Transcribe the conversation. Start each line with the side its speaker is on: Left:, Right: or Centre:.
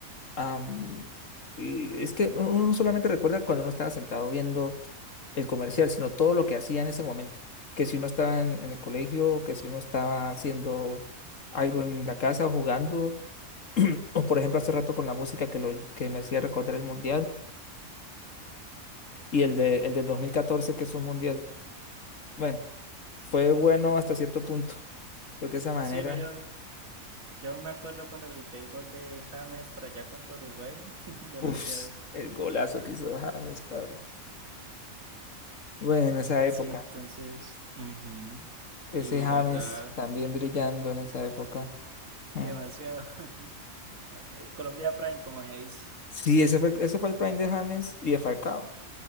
Left: Am, y es que uno uno no solamente recuerda cuando uno estaba sentado viendo el comercial, sino todo lo que hacía en ese momento. Que si uno estaba en, en el colegio, que si uno estaba haciendo algo en la casa o jugando, <clears throat> o por ejemplo hace rato con la música que, lo, que me hacía recordar el mundial y el de, el del 2014 que es un mundial. Bueno, fue bueno hasta cierto punto, porque esa manera,
Right: Sí, no, yo, yo me acuerdo cuando grité el gol de James para allá contra Uruguay, <laughs> demasiado.
Left: uff, el golazo que hizo James, Pablo. Bueno, en esa
Right: Sí,
Left: época,
Right: entonces, ujú,
Left: ese
Right: Y
Left: James
Right: la verdad,
Left: también brillando en esa época. Mm.
Right: demasiado. <laughs> Eh, Colombia Prime, como se dice.
Left: Sí, ese fue, ese fue el prime de James y de Falcao.